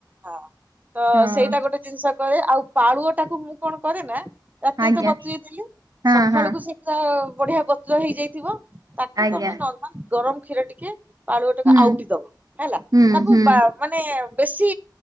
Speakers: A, on the right; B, on the right.
A: ହଁ ତ
B: ହଁ
A: ସେଇଟା ଗୋଟେ ଜିନିଷ କରେ ଆଉ ପାଳୁଅ ଟାକୁ ମୁଁ କଣ କରେ ନା ରାତିରେ
B: ଆଜ୍ଞା
A: ତ ବତୁରେଇଥିଲି
B: ହଁ
A: ସକାଳକୁୁ
B: ହଁ
A: ସେ ତ ବଢିଆ ବତୁରା ହେଇଯାଇଥିବ ତାକୁ
B: ଆଜ୍ଞା
A: ତମେ ନର୍ମାଲ ଗରମ କ୍ଷୀର ଟିକେ ପାଳୁଅଟାକୁ
B: ହୁଁ।
A: ଆଉଟି ଦବ ହେଲା
B: ହୁଁ
A: ତାକୁ
B: ହୁଁ
A: ବା ମାନେ ବେଶୀ